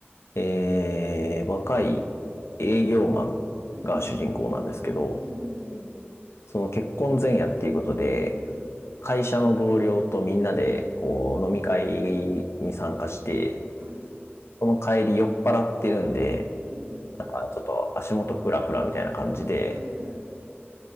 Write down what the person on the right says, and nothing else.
うんうんうん。うんうんうん。
はい。
うんうん。
はい。
うんうん。
はいはい。